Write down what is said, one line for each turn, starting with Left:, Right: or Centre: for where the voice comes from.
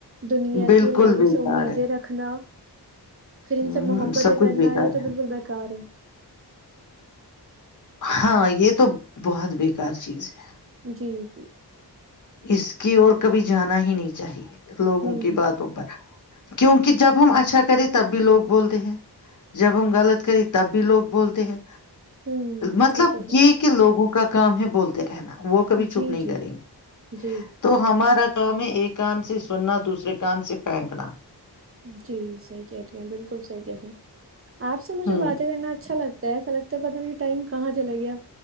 Right: دنیا
Left: بالکل
Right: کے لوگوں
Left: بیکار
Right: سے امیدیں
Left: ہے
Right: رکھنا پھر ان
Left: ہوں
Right: سے محبتیں
Left: سب کچھ
Right: کرنا
Left: بیکار
Right: یہ تو
Left: ہے
Right: بالکل بکار ہے
Left: ہاں یہ تو بہت بیکار چیز ہے
Right: جی جی
Left: اس کی اور کبھی جانا ہی نہیں چاہیے لوگوں
Right: ہوں
Left: کی باتوں پر کیونکہ جب ہم اچھا کرے تب بھی لوگ بولتے ہیں جب ہم غلط کریں تب بھی لوگ بولتے ہیں
Right: ہوں
Left: مطلب
Right: صحیح کہہ رہی
Left: یہ کہ لوگوں کو کا کام ہے بولتے رہنا وہ
Right: ہیں
Left: کبھی چھپ
Right: جی
Left: نہیں
Right: جی
Left: کریں گے
Right: جی
Left: تو ہمارا کام ہے ایک کان سے سننا دوسرے کان سے پھینکنا
Right: جی صحیح کہہ رہی ہیں بالکل صحیح کہہ رہی ہیں آپ سے مجھے
Left: ہوں
Right: باتیں کرنا اچھا لگتا ہے ایسا لگتا ہے تو پت نہیں ٹائم کہاں چلا گیا